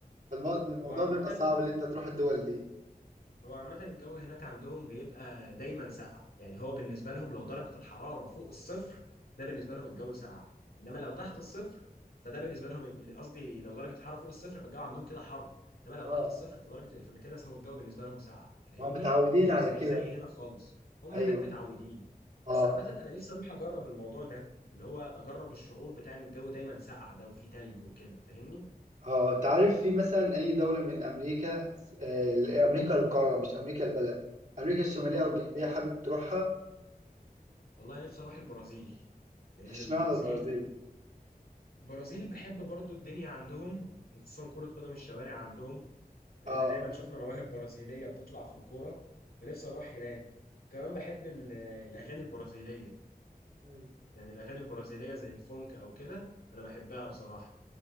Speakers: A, on the right (about 55°); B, on the left (about 75°).
A: فالموضوع
B: هو عامه
A: بيبقى صعب اللي انت تروح الدول دي
B: هو عامة الجو هناك عندهم بيبقى دايما ساقع يعني هو بالنسبة لهم لو درجة الحرارة فوق الصفر ده بالنسبة لهم الجو ساقع إنما لو تحت الصفر فده بالنسبة لهم الج- قصدي لو درجة الحرارة فوق الصفر فالجو عندهم كده حر إنما لو
A: اه
B: تحت الصفر فدرجة فده كده هو الجو بالنسبة لهم ساقع فاهمني؟
A: ما هم متعودين
B: مش
A: على
B: بز...
A: كده
B: مش زي هنا خالص هم
A: ايوه
B: هناك متعودين
A: اه
B: بس عامة أنا نفسي أروح أجرب الموضوع ده اللي هو أجرب الشعور بتاع إن الجو دايما ساقع ده وفيه تلج وكده فاهمني؟
A: اه انت عارف في مثلا اي دوله من امريكا آه، امريكا القاره مش امريكا البلد امريكا الشماليه
B: امم
A: او الجنوبيه حابب تروحها
B: والله نفسي أروح البرازيل لأن
A: <laughs> اشمعنى
B: البرازيل
A: البرازيل
B: البرازيل بحب برضو الدنيا عندهم وخصوصا كرة قدم الشوارع عندهم لأن
A: اه
B: دايما شفنا مواهب برازيلية بتطلع في الكورة فنفسي أروح هناك كمان بحب ال- الأغاني البرازيلية
A: مم.
B: يعني الأغاني البرازيلية زي الفونك أو كده أنا بحبها بصراحة